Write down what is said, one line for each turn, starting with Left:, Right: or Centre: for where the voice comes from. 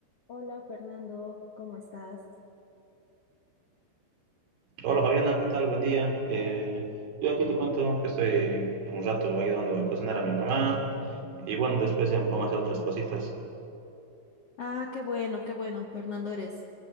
Left: Hola Fernando, ¿cómo estás?
Right: Hola Fabiana, ¿qué tal? Buen día. Eh, yo aquí te cuento que estoy un rato ayudando a cocinar a mi mamá y bueno, después ya me pongo a hacer otras cositas.
Left: Ah, qué bueno, qué bueno. Fernando, eres